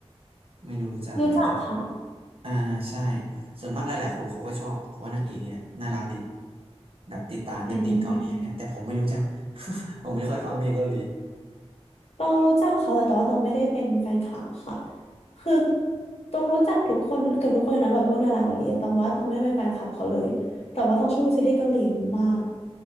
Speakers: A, on the right (about 60°); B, on the left (about 70°).
A: ไม่รู้รู้จักไหมแต่
B: รู้จักค่ะ
A: อ่าใช่ส่วนมากหลายๆคนเขาก็ชอบเพราะว่านางเอกนี่แหละน่ารักดีแบบติดตามเป็นติ่งเกาหลีเนี่ยแต่ผมไม่รู้จัก
B: อืม
A: <laughs> ผมไม่ค่อยฟังเพลงเกาหลี
B: ตองรู้จักเขาแต่ตองว่าตองไม่ได้เป็นแฟนคลับค่ะคือตองรู้จักทุกคนเกือบทุกคนเลยนะแบบพวกดาราเกาหลีอะตองว่าตองไม่ได้เป็นแฟนคลับเขาเลยแต่ว่าตองชอบดูซีรีส์เกาหลีมาก